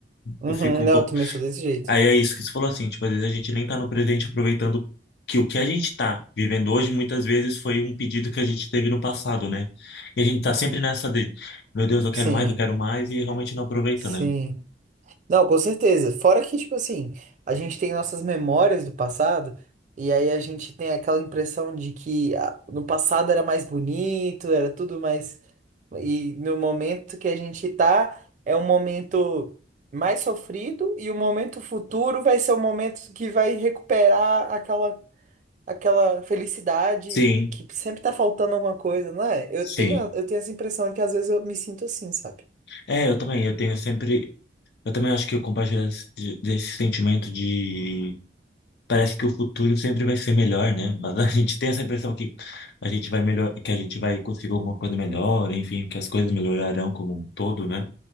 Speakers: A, on the right; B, on the left.
A: Uhum,
B: eu fico um
A: não,
B: pouco.
A: eu também sou desse jeito.
B: Aí é isso que você falou assim, tipo, às vezes a gente nem tá no presente aproveitando que o que a gente tá vivendo hoje muitas vezes foi um pedido que a gente teve no passado, né? E a gente tá sempre nessa de, meu Deus, eu quero
A: Sim,
B: mais, eu quero mais, e realmente não aproveita,
A: sim.
B: né?
A: Não, com certeza. Fora que, tipo assim, a gente tem nossas memórias do passado, e aí a gente tem aquela impressão de que ah, no passado era mais bonito, era tudo mais. E no momento que a gente tá, é um momento mais sofrido, e o momento futuro vai ser o momento que vai recuperar aquela, aquela felicidade
B: Sim,
A: que sempre tá faltando alguma coisa, não é? Eu
B: sim.
A: tenho, eu tenho essa impressão que às vezes eu me sinto assim, sabe?
B: É, eu também, eu tenho sempre. Eu também acho que eu compartilho desse, desse sentimento de parece que o futuro sempre vai ser melhor, né? Mas a <laughs> gente tem essa impressão que a gente vai melhor, que a gente vai conseguir alguma coisa melhor, enfim, que as coisas melhorarão como um todo, né?